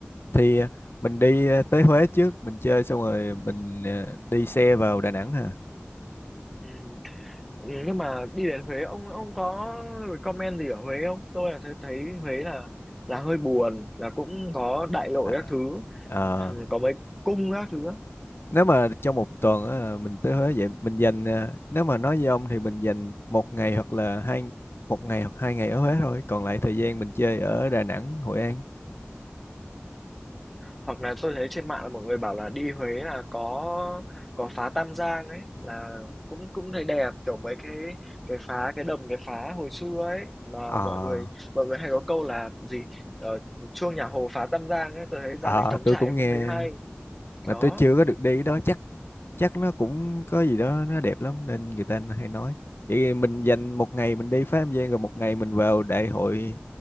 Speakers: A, on the left; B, in the centre.
A: thì à, mình đi à, tới Huế trước mình chơi xong rồi mình à, đi xe vào Đà Nẵng hả
B: ừ. Ừ, nhưng mà đi đến Huế ông ông có comment gì ở Huế không tôi là thấy thấy Huế là là hơi buồn là cũng có đại lộ
A: à,
B: các thứ
A: ờ,
B: ừ, có mấy cung các thứ á.
A: nếu mà trong một tuần á, mình tới Huế vậy mình dành à, nếu mà nói với ông thì mình dành một ngày hoặc là hai một ngày hoặc hai ngày ở Huế thôi còn lại thời gian mình chơi ở Đà Nẵng Hội An
B: hoặc là tôi thấy trên mạng là mọi người bảo là đi Huế là có có phá Tam Giang ấy là cũng cũng thấy đẹp kiểu mấy cái cái phá cái đầm cái phá hồi xưa ấy mà
A: Ờ
B: mọi người mọi người hay có câu là gì ở chuông nhà Hồ phá Tam Giang ấy tôi thấy
A: Ờ,
B: ra đấy cắm
A: tôi
B: trại
A: cũng nghe
B: cũng thấy hay
A: mà
B: đó
A: tôi chưa có được đi đó chắc chắc nó cũng có gì đó nó đẹp lắm nên người ta hay nói vậy thì mình dành một ngày mình đi Phá Âm Giang rồi một ngày mình vào đại hội